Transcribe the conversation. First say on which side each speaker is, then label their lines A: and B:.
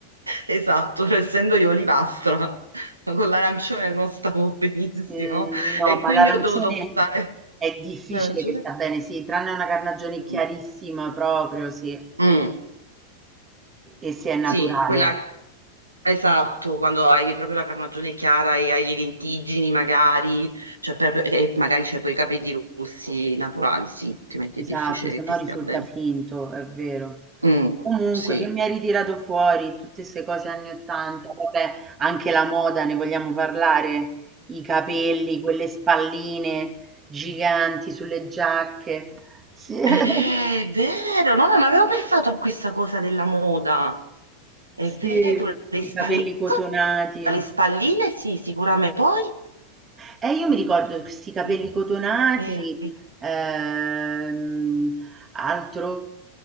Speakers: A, on the right; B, on the right.
A: Esatto, cioè, essendo io olivastra, con l'arancione non stavo benissimo
B: Mhmm, no,
A: e
B: ma
A: quindi
B: l'arancione
A: ho dovuto optare.
B: è difficile
A: L'arancione?
B: che sta bene, sì, tranne una carnagione
A: Mm.
B: chiarissima proprio, sì, e
A: Mm.
B: e se è naturale.
A: Sì, quella esatto, quando hai proprio la carnagione chiara e hai le lentiggini magari, cioè per- e magari c'hai poi i capelli rossi naturali, sì, altrimenti
B: Esatto,
A: è difficile
B: se
A: che
B: no
A: ti stia
B: risulta
A: bene.
B: finto, è vero.
A: Mm,
B: Comunque,
A: sì.
B: che mi hai ritirato fuori tutte 'ste cose anni '80, vabbè, anche la moda, ne vogliamo parlare? I capelli, quelle spalline giganti sulle giacche. Sì, <laughs>
A: Eh, È vero, no, non avevo pensato a questa cosa della moda. È
B: sì,
A: vero, le
B: i
A: spalline,
B: capelli cotonati.
A: le spalline sì, sicuramente. Poi,
B: E io mi
A: il-
B: ricordo questi capelli
A: sì,
B: cotonati,
A: è vero,
B: ehm, altro